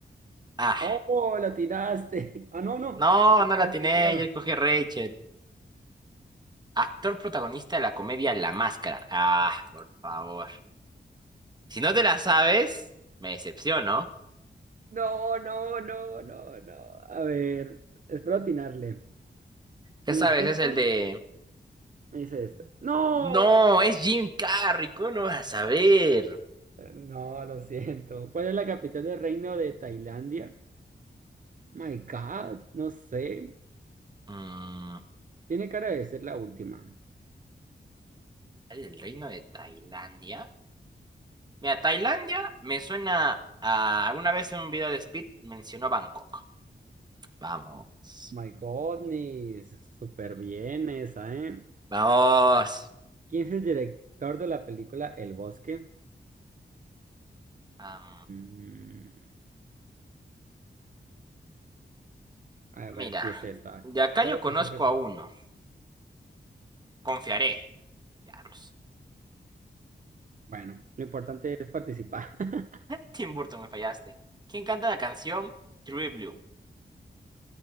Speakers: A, on the right; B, on the right.
A: ah,
B: ¡Oh, la tiraste! <laughs> Ah, no, no.
A: No,
B: pensé
A: no
B: que
A: la
B: la habías
A: tiene,
B: atinado.
A: yo escogí a Rachel. Actor protagonista de la comedia La Máscara. Ah, por favor. Si no te la sabes, me decepciono.
B: No, no, no, no, no. A ver, espero atinarle.
A: Ya
B: Mi
A: sabes,
B: instinto
A: es el de...
B: me dice este. ¡No!
A: No, es Jim Carrey, ¿cómo no vas a saber?
B: Eh, No, lo siento. ¿Cuál es la capital del reino de Tailandia? My God, no sé.
A: Mm,
B: Tiene cara de ser la última.
A: ¿el reino de Tailandia? Mira, Tailandia me suena a... Alguna vez en un video de Speed mencionó Bangkok. Vamos.
B: My goodness, súper bien esa, ¿eh?
A: Vamos.
B: ¿Quién es el director de la película El Bosque?
A: Am,
B: Mm, a
A: mira,
B: ver si es esta.
A: de acá
B: Puedo
A: yo conozco
B: pensar que es
A: a
B: esta.
A: uno. Confiaré. Veamos.
B: Bueno, lo importante es participar. <laughs>
A: Tim Burton, me fallaste. ¿Quién canta la canción True Blue?